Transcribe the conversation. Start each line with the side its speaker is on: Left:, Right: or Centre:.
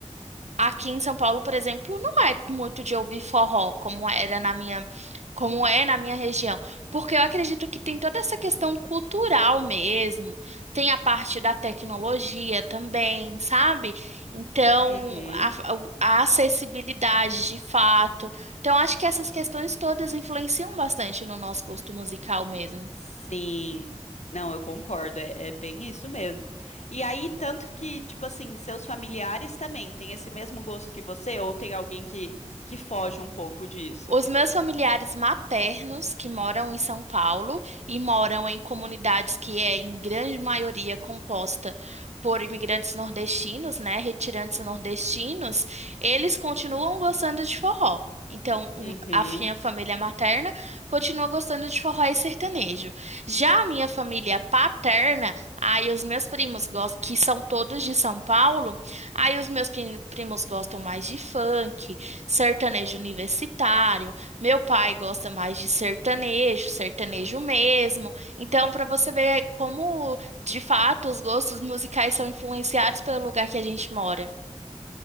Right: Aqui em São Paulo, por exemplo, não é muito de ouvir forró, como era na minha, como é na minha região, porque eu acredito que tem toda essa questão cultural mesmo, tem a parte da tecnologia também, sabe? Então,
Left: Uhum.
Right: a, o- a acessibilidade de fato. Então, acho que essas questões todas influenciam bastante no nosso gosto musical mesmo.
Left: Sim. Não, eu concordo, é, é bem isso mesmo. E aí, tanto que, tipo assim, seus familiares também têm esse mesmo gosto que você, ou tem alguém que, que foge um pouco disso?
Right: Os meus familiares maternos, que moram em São Paulo e moram em comunidades que é, em grande maioria, composta por imigrantes nordestinos, né, retirantes nordestinos, eles continuam gostando de forró. Então, o-
Left: Uhum.
Right: a minha família materna continua gostando de forró e sertanejo. Já a minha família paterna, aí os meus primos gostam, que são todos de São Paulo, aí os meus prim- primos gostam mais de funk, sertanejo universitário. Meu pai gosta mais de sertanejo, sertanejo mesmo. Então, para você ver como, de fato, os gostos musicais são influenciados pelo lugar que a gente mora.